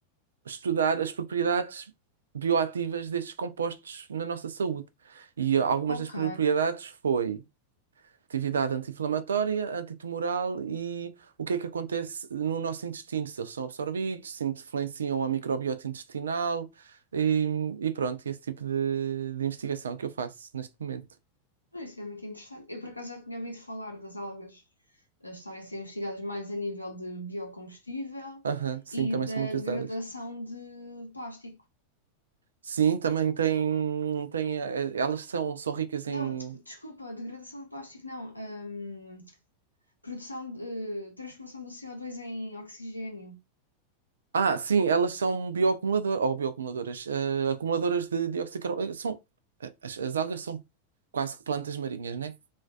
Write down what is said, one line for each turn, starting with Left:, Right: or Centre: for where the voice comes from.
Right: estudar as propriedades bioativas destes compostos na nossa saúde. E algumas
Left: Ok.
Right: das propriedades foi Atividade anti-inflamatória, antitumoral e o que é que acontece no nosso intestino, se eles são absorvidos, se influenciam a microbiota intestinal e, e pronto, esse tipo de, de investigação que eu faço neste momento.
Left: Isso é muito interessante. Eu, por acaso, já tinha ouvido falar das algas eh, estarem a ser investigadas mais a nível de biocombustível
Right: Aham, sim,
Left: e
Right: também
Left: da
Right: são muito
Left: degradação
Right: usadas.
Left: de plástico.
Right: Sim, também tem, tem, eh, elas são, são ricas em.
Left: Não, desculpa, degradação de plástico, não. Ahm, produção de, eh, transformação do co dois em oxigênio.
Right: Ah, sim, elas são bioacumuladoras, ou bioacumuladoras, eh, acumuladoras de dióxido de carbono. Eh, São, eh, as, as algas são quase que plantas marinhas, né?